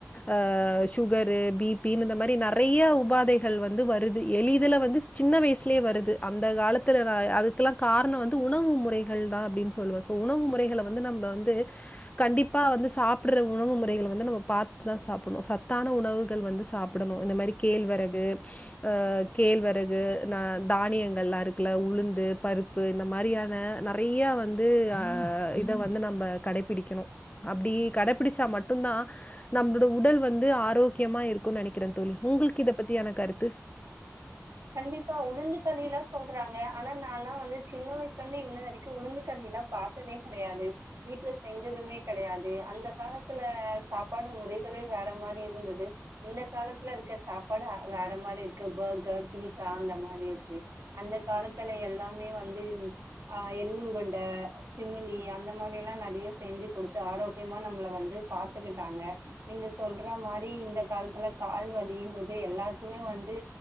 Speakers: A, on the left; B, on the right.
A: ஆ ஷூகரு பிப்பினு இந்த மரி நறைய உபாதைகள் வந்து வருது எளிதுல வந்து சின்ன வய்சுலே வருது அந்த காலத்துல அ அதுக்குலா காரணோ வந்து உணவு முறைகள் தான் அப்டின் சொல்வே சோ உணவு முறைகள வந்து நம்ப வந்து கண்டிப்பா வந்து சாப்புர்ற உணவு முறைகள் வந்து நம்ம பாத்துதா சாப்புண்ணு சத்தான உணவுகள் வந்து சா ப்டணு இந்த மாரி கேழ்வரகு அ கேழ்வரகு ந தானியங்கள்லா இருக்குல உளு ந்து பருப்பு இந்த மாரியான நறைய வந்து அ இத வந்து நம்ம கடைப்பிடிக்கணு அப்டி கடைபிடிச்சா மட்டுந்தா நம்ளோட உடல் வந்து ஆரோக்கியமா இருக்குன் நெனைக்கிறே தோழி உங்குளுக்கு இத பத்தியான கருத்து
B: கண்டிப்பா உளுந்து கலிலா சொல்றாங்க ஆனா நால்லா வந்து சின்ன வய்சுலருந்து இன்ன வரைக்கு உளுந்து கலிலா பாத் த்ததே கெடையாது வீட்ல செஞ்சதுமே கெடையாது அந்த காலத்துல சாப்பாடு முறைகளே வேற மாரி இருந்துது இந்த காலத்துல இருக்குற சாப்பாடு வேற மாரி இருக்கு பர்கர் பீசா அந்த மாரி இருக்கு அந்த காலத்துல எல்லாமே வந்து அ எள்ளுருண்ட சிமிலி அந்த மாரி எல்லா நெறைய செஞ்சு கொடுத்து ஆரோக்கியமா நம்மள வந்து பாத்துக்கிட்டாங்க நீங்க சொல்ற மாரி இந்த காலத்துல கால் வலின்றது எல்லாருக்குமே வந்து